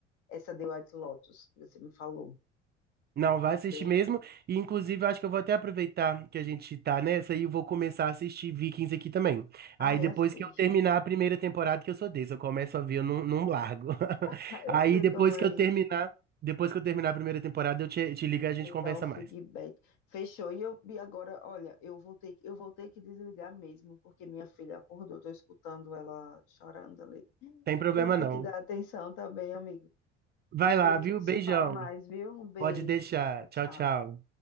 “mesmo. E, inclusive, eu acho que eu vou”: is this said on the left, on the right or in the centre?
Right